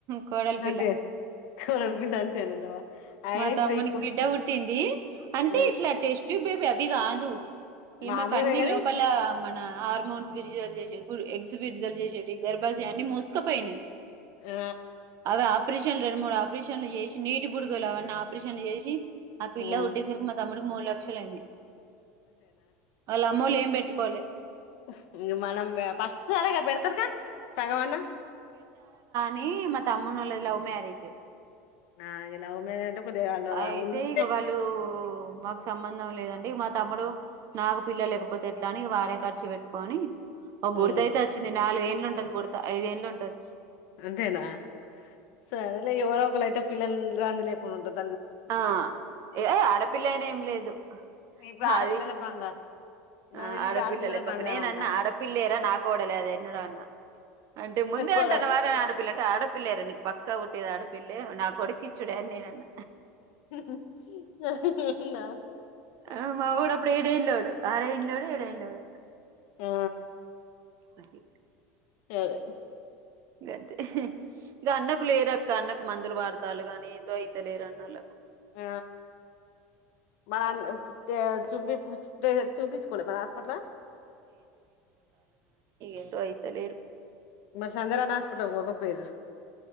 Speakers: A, on the right; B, on the left.
A: కోడలి
B: అంతే
A: పిల్ల
B: కోడలి పిల్ల అంతేనంటవా ఆయన
A: మా
B: ఇప్పుడు
A: తమ్మునికి
B: ఎక్కువ
A: బిడ్డ పుట్టింది. అంటే
B: ఆ
A: ఇట్లా టేస్ట్ ట్యూబ్ అది అవి కాదు. ఈమెకు
B: మామూలునే
A: అన్నీ
B: గాని
A: లోపల మన హార్మోన్స్ విడుదల చేసేటీవీ ఎగ్స్ విడుదల చేసేటీయి దరవాజే అన్ని మూసుకొపోయినాయి.
B: ఆ
A: అవి ఆపరేషన్ రెండు మూడు ఆపరేషన్లు ఆపరేషన్లు చేసి నీటి బుడుగలు అవన్నా ఆపరేషన్లు ఏషి అ పిల్ల
B: ఉమ్
A: పుట్టే సరికి మా తమ్ముడు మూడు లక్షలు అయింది. వాళ్ళ అమ్మళ్ళు ఏం బేట్టుకోలే
B: ఉఫ్ మనం బ ఫస్ట్ ఉ అలాగా పేర్ఫ్ సగవన్నా
A: నీ మా తమ్మునీ ఒళ్ళది లవ్ మరేజ్
B: అ ఇగ లవ్ మ్యారేజ్ అంటే కొద్దిగా వాళ్ళు
A: అయితే
B: ఉంటే
A: ఇగ వళ్ళు ఊ మాకు సంబంధం లేదండి. మా తమ్ముడు నాకు పిల్లలేకపోతే ఎట్లా అని వాడే ఖర్చు పెట్టుకొని ఓ బుడత
B: ఉమ్
A: అయితే వచ్చింది. నాలుగు ఏండ్లు ఉంట్ ఉంటది బుడత ఐదేండ్లు ఉంటది.
B: అంతేనా సర్లే ఎవరోక్కళయితే పిల్లల్ రండి లేకుండా ఉంటది తీయ్
A: ఆ ఏ ఆడపిల్లయినా ఏం లేదు
B: ఇప్పుడు ఆడపిల్లలే
A: అది
B: బంగారు నాకు
A: ఆ
B: తెలిసి
A: అడపిల్లలే
B: ఇప్పుడు ఆడపిల్లలే
A: పక్క
B: బంగారం
A: నేను
B: అంటారు
A: అన్న ఆడపిల్లేన నా కోడలే అది ఎన్నోడ అ అంటే ముందే
B: కూడా
A: అంటన్నవారే ఆడపిల్ల అంటే ఆడ పిల్లా నీకు పక్కా ఉట్టేది ఆడపిల్లే నా కొడకిచ్చుడా అని నేనన్న
B: <unintelligible> అవునా
A: అ మావోడు అప్పుడ ఏడు ఏళ్ళు ఆరెంలోడు ఏడేండ్లేడు
B: ఆ
A: పది
B: అదే
A: గంతే ఇక అన్నకు లేరు అక్క అన్న మందులు వాడుతూనారు కానీ ఏందుో అయితే లేరు అన్నకు
B: ఆ మ చుపి ఆమని చూపించుకోలేక హాస్పిటల్లో
A: ఎందు అయితలేరు
B: మరి సందరాని హాస్పిటల్కి పోకపోయారు